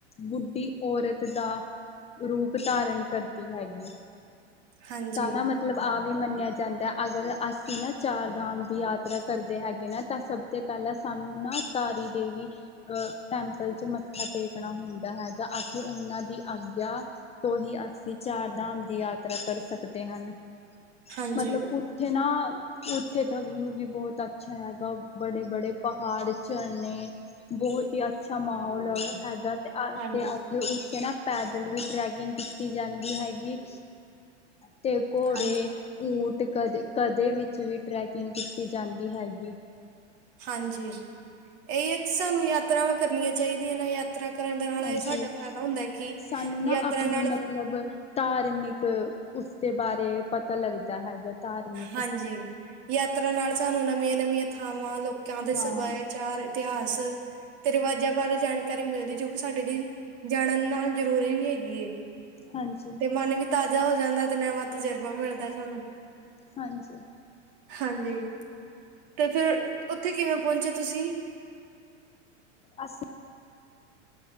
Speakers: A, on the left; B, on the right.
A: ਬੁੱਢੀ ਔਰਤ ਦਾ ਰੂਪ ਧਾਰਨ ਕਰਦੀ ਹੈਗੀ,
B: ਹਾਂਜੀ,
A: ਤਾਂ ਨਾ ਮ ਮਤਲਬ ਆ ਵੀ ਮੰਨਿਆ ਜਾਂਦਾ, ਅਗਰ ਅਸੀਂ ਨਾ ਚਾਰ ਧਾਮ ਦੀ ਯਾਤਰਾ ਕਰਦੇ ਹੈਗੇ ਨਾ, ਤਾਂ ਸਭ ਪਹਿਲਾਂ ਸਾਨੂੰ ਨਾ ਤਾਰੀ ਦੇਵੀ ਅਹ ਟੈਂਪਲ ਚ ਮੱਥਾ ਟੇਕਣਾ ਹੁੰਦਾ ਹੈਗਾ, ਅਤੇ ਉਹਨਾਂ ਦੀ ਆਗਿਆ ਤੋਂ ਹੀ ਅਸੀਂ ਚਾਰ ਧਾਮ ਦੀ ਯਾਤਰਾ ਕਰ ਸਕਦੇ ਹਨ।
B: ਹਾਂਜੀ,
A: ਮਤਲਬ ਜਿ੍ਹਨਾ ਉੱਥੇ ਦਾ ਵਿਊ ਵੀ ਬਹੁਤ ਅੱਛਾ ਹੈਗਾ, ਬੜੇ -ਬੜੇ ਪਹਾੜ, ਝਰਨੇ, ਬਹੁਤ ਹੀ ਅੱਛਾ ਮਾਹੌਲ ਹੈਗਾ, ਤੇ
B: ਹਾਂਜੀ,
A: ਆਪਣੇ ਉੱਤੇ ਨਾ ਪੈਦਲ ਵੀ ਟਰੈਕਿੰਗ ਕੀਤੀ ਜਾਂਦੀ ਹੈਗੀ, ਤੇ ਘੋੜੇ
B: ਹਾਂਜੀ।
A: ਊਟ ਕਦੇ -ਕਦੇ ਵਿੱਚ ਵੀ ਟਰੈਕਿੰਗ ਕੀਤੀ ਜਾਂਦੀ ਹੈਗੀ।
B: ਹਾਂਜੀ, ਇਹੀ ਹੈ ਸਾਨੂੰ ਯਾਤਰਾਵਾਂ ਕਰਨੀਆਂ ਚਾਹੀਦੀਆਂ ਨਾ ਯਾ ਯਾਤਰਾ ਕਰਨ ਦੇ ਨਾਲ ਇਹ
A: ਹਾਂਜੀ
B: ਸਾਡਾ ਫਾਇਦਾ ਹੁੰਦਾ, ਕਿ
A: ਸਾਨੂੰ ਨਾ
B: ਯਾਤਰਾ
A: ਆਪਣੇ
B: ਨਾਲ
A: ਮਤਲਬ ਧਾਰਮਿਕ ਉਸਦੇ ਬਾਰੇ ਪਤਾ ਲੱਗਦਾ ਹੈਗਾ। ਧਾਰਮਿਕ
B: ਹਾਂਜੀ, ਯਾਤਰਾ ਨਾਲ ਸਾਨੂੰ ਨਵੀਆਂ- ਨਵੀਆਂ ਥਾਵਾਂ, ਲੋਕ ਕਾਂ ਦੇ ਸਭਿਆਚਾਰ
A: ਹਾਂ
B: ਇਤਿਹਾਸ ਤੇ ਰਿਵਾਜਾਂ ਬਾਰੇ ਜਾਣਕਾਰੀ ਮਿਲਦੀ, ਜੋ ਕਿ ਸਾਡੇ ਲਈ ਜਾਣਨ ਨਾਲ ਜ਼ਰੂਰੀ ਵੀ ਹੈਗੀ।
A: ਹਾਂਜੀ।
B: ਤੇ ਮਨ ਵੀ ਤਾਜ਼ਾ ਹੋ ਜਾਂਦਾ, ਤੇ ਨਵਾਂ ਤਜਰਬਾ ਮਿਲਦਾ ਸਾਨੂੰ।
A: ਹਾਂਜੀ।
B: ਹਾਂਜੀ, ਤੇ ਫਿਰ ਉੱਥੇ ਕਿਵੇਂ ਪਹੁੰਚੇ ਤੁਸੀਂ?
A: ਅਸੀ